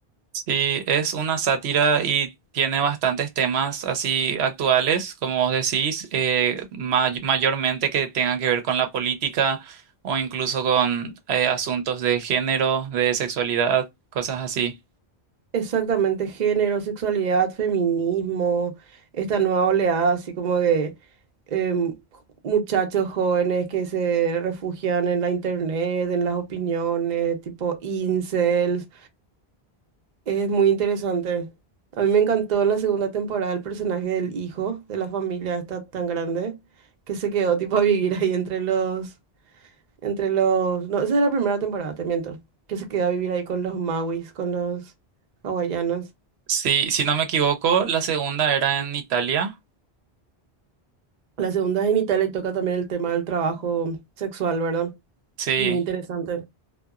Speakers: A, on the right; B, on the right.
A: Sí, es una sátira y tiene bastantes temas así actuales, como vos decís, eh, may- mayormente que tengan que ver con la política o incluso con eh, asuntos de género, de sexualidad, cosas así.
B: Exactamente, género, sexualidad, feminismo, esta nueva oleada, así como de em, muchachos jóvenes que se refugian en la internet, en las opiniones, tipo incels. Es muy interesante. A mí me encantó en la segunda temporada el personaje del hijo de la familia esta tan grande que se quedó tipo a vivir ahí entre los Entre los... No, esa es la primera temporada, te miento. Que se queda a vivir ahí con los Mauis, con los hawaianos.
A: Sí, si no me equivoco, la segunda era en Italia.
B: La segunda es en Italia y toca también el tema del trabajo sexual, ¿verdad?
A: Sí,
B: Muy interesante.